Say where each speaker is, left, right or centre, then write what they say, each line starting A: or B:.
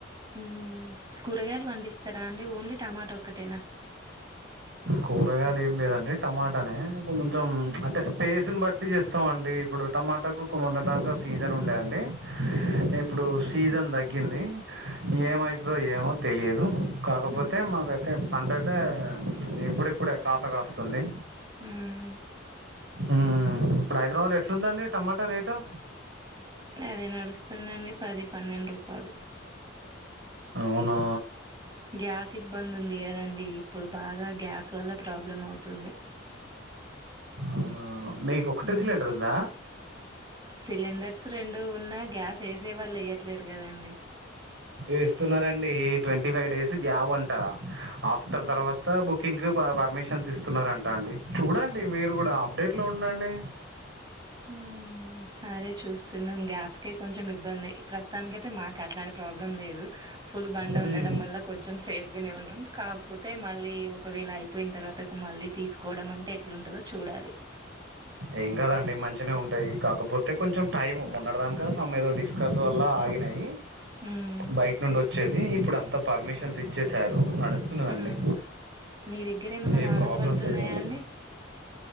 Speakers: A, on the right; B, on the right.
A: ఉమ్ కూరగాయలు వండిస్తారా అండి ఓన్లీ టమాటా ఒక్కటేనా
B: కూరగైలు ఏం లేదండి టమాటానే కొంచెం అంటే స్పేస్ని బట్టి జేస్తామండి ఇప్పుడ్ రు టమాటాకు కుమ్మడ్దాక సీజన్ ఉండే అండి
A: హ్మ్.
B: ఇప్పుడు సీజన్ దగ్గింది ఏమైతదో ఏమో తెలియదు కాకపోతే
A: హ్మ్.
B: మాకైతే పంటైతే ఇప్పుడిప్పుడే ఖాత కాస్తుంది
A: హుహు.
B: మ్ ఇప్పుడ్ హైదరాబాద్ల ఎట్లుందండి టమాటా రేటు
A: అదే నడుస్తుందండి పది పన్నెండు రూపాలు
B: ఔనా
A: గ్యాస్ ఇబ్బంది ఉంది కదండి ఇప్పుడు బాగా గ్యాస్ వల్ల ప్రాబ్లం అవుతుంది
B: అవునా మీకు ఒకటే
A: మ్
B: సిలిండర్ ఉందా
A: సిలెండర్ స్ రెండు ఉన్నా గ్యాస్ ఏసే వాళ్ళు ఏయ్యట్లేరు కదాండి
B: ఏస్తున్నరండీ ట్వంటీ ఫైవ్ డేస్ గ్యాబ్ అంట ఆఫ్టర్
A: అవును.
B: తర్వాత బుకింగ్ క్ ప పర్మిషన్స్ ఇస్తున్నారంట అండి చూడండి మీరు గూడా అప్డేట్ లో ఉండండి
A: హ్మ్. అదే చూస్తున్నం గ్యాస్ కి కొంచం ఇబ్బందె ప్రస్తుతానికైతే మాక్ అట్లాంటి ప్రాబ్లం లేదు ఫుల్ బండ
B: మ్మ్.
A: ఉండడం వల్ల కొంచెం సేఫ్గనే ఉన్నాం కాకపోతే మళ్ళీ ఒకవేళ అయిపోయిన తర్వాతకు మళ్ళీ తీసుకోడం అంటే ఎట్లుంటదో చూడాలి
B: ఏం కాదండి మంచినే ఉంటాయి కాకపోతే కొంచెం టైం మొన్నడ్దాంక సామ్ ఏదో డిస్కర్స్ వల్ల ఆ గినై
A: హ్మ్.
B: బయిట్నుండి ఒచ్చేవి ఇప్పుడంతా పర్మిషన్స్ ఇచ్చేసారు నడుస్తున్నదండి
A: హ్మ్. మీ దగ్గరేమన్నా
B: ఏం
A: వానలు
B: ప్రాబ్లం
A: పడుతున్నాయా
B: లేదండి
A: అండి?